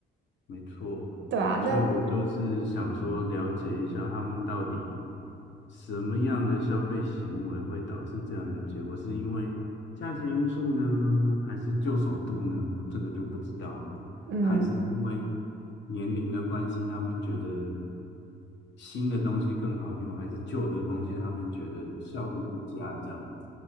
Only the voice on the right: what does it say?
对啊，那
嗯